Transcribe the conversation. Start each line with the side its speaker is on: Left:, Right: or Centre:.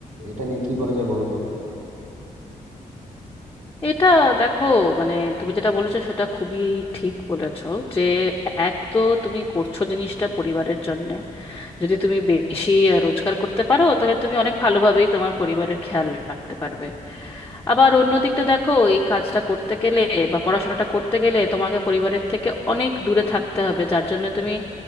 Right: এটা নিয়ে কি করা যায় বলো তো
Left: এটা দেখো মানে তুমি যেটা বলেছো সেটা খুবই ঠিক বলেছো যে এক তো তুমি করছো জিনিসটা পরিবারের জন্য যদি তুমি বেশি আহ, রোজগার করতে পারো তাহলে তুমি অনেক ভালোভাবেই তোমার পরিবারের খেয়াল রাখতে পারবে আবার অন্য দিকটা দেখো এই কাজটা করতে গেলে বা পড়াশোনাটা করতে গেলে তোমাকে পরিবারের থেকে অনেক দূরে থাকতে হবে যার জন্য তুমি